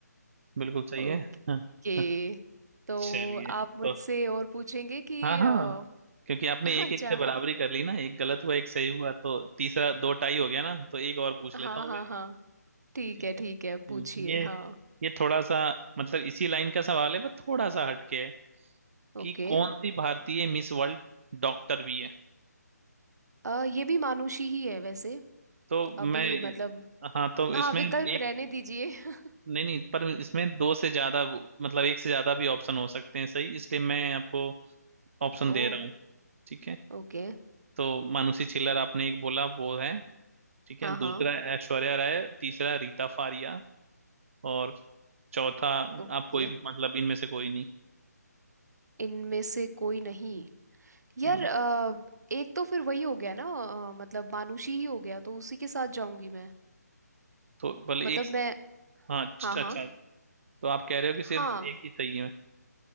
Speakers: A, on the right; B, on the right.
A: बिल्कुल सही
B: ओके
A: है हाँ, हाँ,
B: तो
A: चलिए
B: आप मुझसे
A: तो
B: और पूछेंगे कि
A: हाँ हाँ
B: अ,
A: क्योंकि आपने
B: <laughs>
A: एक
B: अच्छा
A: एक से
B: हाँ
A: बराबरी कर ली ना एक गलत हुआ एक सही हुआ तो तीसरा दो टाई हो गया ना तो एक और पूछ
B: हाँ
A: लेता हूँ
B: हाँ हाँ ठीक
A: ठीक
B: है ठीक
A: है
B: है पूछिए
A: हम्म, ये
B: हाँ
A: ये थोड़ा सा मतलब इसी लाइन का सवाल है बट थोड़ा सा हटके है कि
B: ओके
A: कौन सी भारतीय मिस वर्ल्ड डॉक्टर भी है
B: अ, ये भी मानुषी ही है वैसे
A: तो
B: अभी
A: मैं
B: मतलब
A: हाँ तो
B: हाँ
A: इसमें
B: विकल्प
A: एक
B: रहने दीजिए <laughs>
A: नहीं नहीं पर इसमें दो से ज्यादा वो- मतलब एक से ज्यादा भी ऑप्शन हो सकते हैं सही इसलिए मैं आपको ऑप्शन दे
B: ओ
A: रहा हूँ ठीक है
B: ओके
A: तो मानुषी छिल्लर आपने एक बोला वो है ठीक
B: हाँ
A: है दूसरा
B: हाँ
A: ऐश्वर्या राय तीसरा रीता फारिया और चौथा
B: ओके
A: आप कोई भी मतलब इनमें से कोई नहीं
B: इनमें से कोई नहीं यार
A: हम्म,
B: अ, एक तो फिर वही हो गया ना अ, मतलब मानुषी ही हो गया तो उसी के साथ जाऊंगी मैं
A: तो भले
B: मतलब
A: एक
B: मैं
A: हाँ अच्छा
B: हाँ हाँ
A: तो आप कह रहे हो कि सिर्फ
B: हाँ
A: एक ही सही है